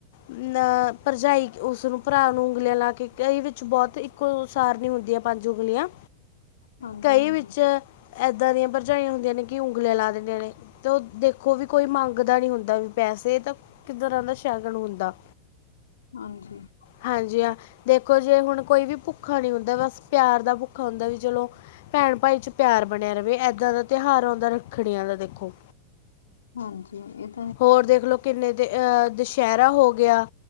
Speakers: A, on the left; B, on the left.
A: ਨ ਭਰਜਾਈ ਉਸਨੂੰ ਭਰਾ ਨੂੰ ਉਂਗਲੀਆਂ ਲਾ ਕੇ, ਕਈ ਵਿੱਚ ਬੌਤ ਇੱਕੋ ਸਾਰ ਨੀਂ ਹੁੰਦੀਆਂ ਪੰਜ ਉਂਗਲੀਆਂ।
B: ਹਾਂਜੀ
A: ਕਈ
B: ਹਾਂਜੀ
A: ਵਿੱਚ, ਏਦਾਂ ਦੀਆਂ ਭਰਜਾਈਆਂ ਹੁੰਦੀਆਂ ਨੇ, ਕਿ ਉਂਗਲੀਆਂ ਲਾ ਦੇਂਦੀਆਂ ਨੇ। ਤੇ ਓ ਦੇਖੋ ਵੀ ਕੋਈ ਮੰਗਦਾ ਨੀ ਹੁੰਦਾ, ਵੀ ਪੈਸੇ ਤਾਂ ਇੱਕ ਤਰ੍ਹਾਂ ਦਾ ਸ਼ਗਨ ਹੁੰਦਾ।
B: ਹਾਂਜੀ।
A: ਹਾਂਜੀ ਹਾਂ, ਦੇਖੋ ਜੇ ਹੁਣ ਕੋਈ ਵੀ ਭੁੱਖਾ ਨੀ ਹੁੰਦਾ, ਬਸ ਪਿਆਰ ਦਾ ਭੁੱਖਾ ਹੁੰਦਾ ਵੀ, ਚਲੋ ਭੈਣ ਭਾਈ 'ਚ ਪਿਆਰ ਬਣੇਆ ਰਵੇ, ਏਦਾਂ ਦਾ ਤਿਉਹਾਰ ਹੁੰਦਾ ਰੱਖੜੀਆਂ ਦਾ, ਦੇਖੋ।
B: ਹਾਂਜੀ <unintelligible>
A: ਹੋਰ ਦੇਖ ਲੋ ਕਿੰਨੇ ਦੇ ਅਹ ਦਸ਼ੈਹਰਾ ਹੋ ਗਿਆ,